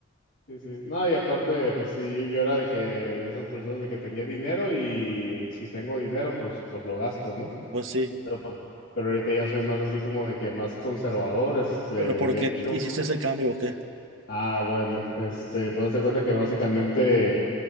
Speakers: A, on the left; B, on the right.
A: Sí, sí. No, y aparte, pues sí, yo, yo era de que, de esas personas de que tenía dinero y si tengo dinero, pues, pues lo gasto, ¿no?
B: Pues sí,
A: Pero, pues, pero ahorita ya soy más así como de que más conservador, este,
B: pero ¿por
A: de
B: qué
A: hecho,
B: hiciste ese cambio o qué?
A: ah, bueno, este, pues haz de cuenta que básicamente